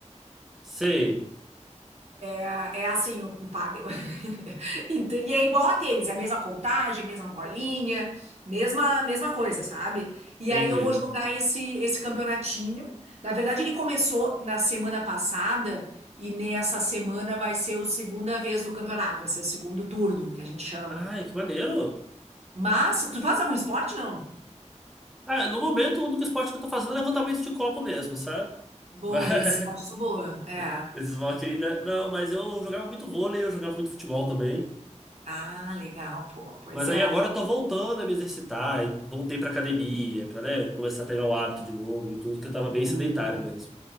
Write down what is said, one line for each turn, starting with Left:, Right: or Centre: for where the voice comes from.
Centre: Sei.
Right: Ah, É assim o, o pádel. <laughs> Ent- E é igual a tênis, é a mesma contagem, mesma bolinha, mesma mesma coisa, sabe? E
Centre: Entendi.
Right: aí eu vou jogar esse esse campeonatinho. Na verdade, ele começou na semana passada e nessa semana vai ser a segunda vez do campeonato, vai ser o segundo turno que a gente chama.
Centre: Ai, que maneiro.
Right: Mas tu faz algum esporte, não?
Centre: Ah, no momento, o único esporte que eu tô fazendo é levantamento de copo mesmo, sabe?
Right: Boa,
Centre: Mas, <laughs>
Right: esse esporte eu sou boa. É.
Centre: esse esporte aí, né? Não, mas eu jogava muito vôlei, eu jogava muito futebol também.
Right: Ah, legal, pô. Pois
Centre: Mas aí
Right: é.
Centre: agora eu tô voltando a me exercitar, e voltei pra academia, pra, né, começar a pegar o hábito de novo e tudo, que eu tava
Right: Boa.
Centre: bem sedentário mesmo.